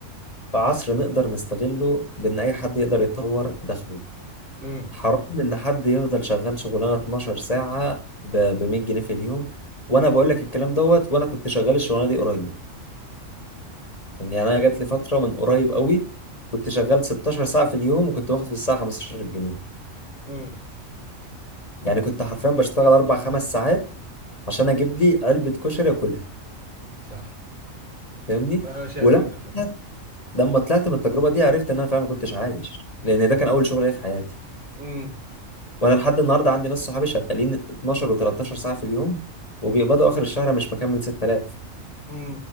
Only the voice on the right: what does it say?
امم
امم
صح
انا شايف
ان ده فيلم
امم
امم